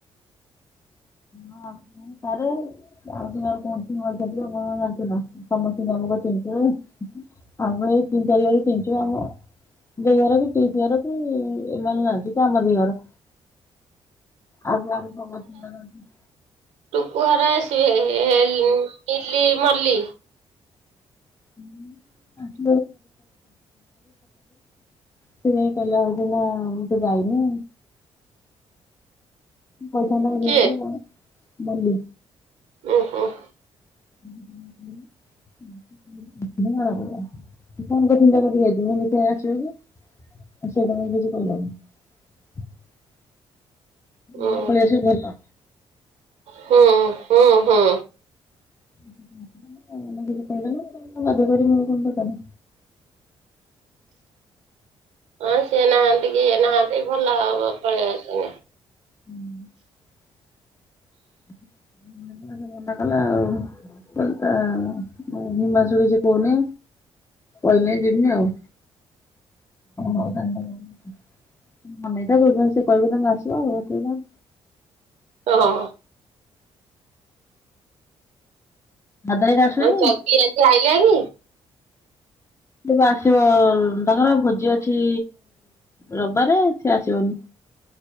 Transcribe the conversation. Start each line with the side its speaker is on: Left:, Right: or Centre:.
Left: ହଁ ଥାଇ ପାରେ ଆଉ କି କାର କଣ ଥିବ <unintelligible> ମୁଁ ଆଉ ଜଣିଚି ନା ସମସ୍ତଙ୍କି ଆମେ। ଆମେ ଚିନିଥିଲୁ ଆମେ ଏଇ ତିନି ଚାରି ଘରକୁ ଚିନ୍ ଚୁ ଆମ ଦେଇ ଘର କି ପିଇସି ଘର କି ଏମାନେ ନାଆଁନ୍ତି ତମ ଦି ଘର। ଆଗ ଆମ ସମସ୍ତିଙ୍କର <unintelligible>
Right: ଉହାରେ ଆସିବେ ଏଲ ଇଲି ମଲ୍ଲୀ
Left: <unintelligible> <unintelligible> ସେ ହେଇ କହିଲା ହଉଚି ନା ମୁଁ ତ ଯାଇନି। ପଇସା ହେଲେ
Right: କିଏ
Left: କି କଣ ମଲ୍ଲୀ
Right: ଉଁ ହୁଁ ।
Left: ହୁଁ ହୁଁ ହୁଁ ହୁଁ। <unintelligible> ଆସିବେକି ସେଦିନ ବି କିଛି କହିଲାନି।
Right: ଉଁ
Left: ଏଇନେ ପଲେଇ ଆସିବୁ ଭଲ।
Right: ହୁଁ ହୁଁ ହୁଁ।
Left: <unintelligible> ବାଧ୍ୟ କରିବି ମୋର କଣ ଦକାର
Right: ହଁ ସିଏ ନାହାନ୍ତି କି ଇଏ ନାହାନ୍ତି ଭଲ ହବ ପଳେଇ ଆସୁ ଏନା।
Left: <unintelligible> ମନା କଲେ ଆଉ <unintelligible> ତା ହିମାଂଶୁ କିଛି କହୁନି କହିଲେ ଜିମି ଆଉ ଆ ହଉ ତାହେନେ <unintelligible> ଅନେଇଥା ସେ କଁ ସେ କିହିବେ ତମେ ଆସିବ ଆଉ <unintelligible>
Right: ଓ ହ।
Left: ଭାଇ ଆସିଲେଣି
Right: ଆଉ ଚଗି ଆଜି ଆଇଲାକି?
Left: ତବେ ଆସିବ ତାଙ୍କର ଭୋଜି ଅଛି ରବବାରେ ସେ ଆସିବନି।